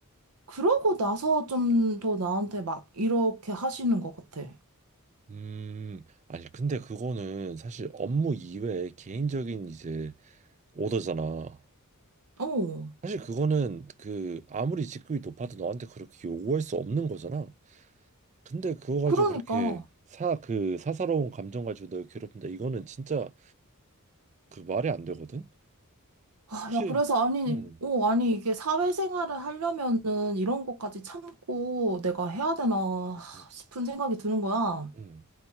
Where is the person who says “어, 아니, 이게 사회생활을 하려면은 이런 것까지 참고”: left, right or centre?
Right